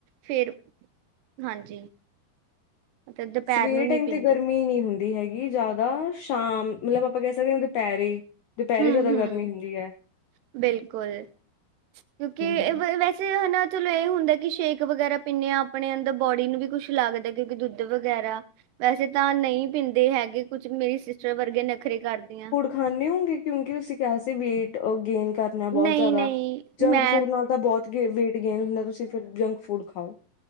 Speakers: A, on the right; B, on the left.
A: ਫੇਰ ਹਾਂਜੀ। ਮਤਲਬ ਦੁਪਹਿਰ
B: ਸਵੇਰੇ
A: ਨੂੰ
B: ਟਾਈਮ
A: ਨਹੀਂ ਪੀਂਦੇ
B: ਤੇ ਗਰਮੀ ਨੀ ਹੁੰਦੀ ਹੈਗੀ ਜਾਦਾ ਸ਼ਾਮ ਮਤਲਬ ਆਪਾਂ ਕਹਿ ਸਕਦੇ ਹਾਂ ਦਪੈਰੇ ਦਪੈਰੇ
A: ਹੂੰ
B: ਜਾਦਾ
A: ਹੂੰ
B: ਗਰਮੀ ਹੁੰਦੀ ਐ।
A: ਬਿਲਕੁਲ ਕਿਉਂਕਿ
B: ਹਮ ਹਮ
A: ਵੈਸੇ ਹੈਨਾ ਚਲੋ ਇਹ ਹੁੰਦਾ ਕਿ ਸ਼ੇਕ ਵਗੈਰਾ ਪੀਣੇ ਹਾਂ ਆਪਣੇ ਅੰਦਰ ਬੋਡੀ ਨੂੰ ਵੀ ਕੁੱਛ ਲੱਗਦਾ ਕਿਉਂਕਿ ਦੁੱਧ ਵਗੈਰਾ ਵੈਸੇ ਤਾਂ ਨਹੀਂ ਪੀਂਦੇ ਹੈਗੇ ਕੁਛ ਮੇਰੀ ਸਿਸਟਰ ਵਰਗੇ ਨਖਰੇ ਕਾਰਦੀਆਂ।
B: ਖਾਂਣੇ ਹੋਂਗੇ ਕਿਉਂਕਿ ਤੁਸੀਂ ਕਿਆ ਸੀ ਵੇਟ ਗੇਨ ਕਰਨਾ ਬੋਤ
A: ਨਹੀਂ
B: ਜਾਦਾ
A: ਨਹੀਂ
B: ਜੰਕ
A: ਮੈਂ
B: ਫੂਡ ਨਾਲ ਤਾਂ ਬੋਤ ਗੇ ਵੇਟ ਗੇਨ ਹੁੰਦਾ ਤੁਸੀਂ ਫਿਰ ਜੰਕ ਫੂਡ ਖਾਓ।